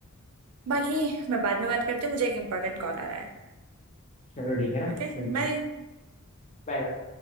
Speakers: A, on the right; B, on the left.
A: बाकी मैं बाद में बात करती हूँ मुझे एक इम्पोर्टेंट कॉल आ रहा है
B: चलो ठीक है ना
A: ओके
B: मिलते
A: बाय
B: हैं, बाय बाय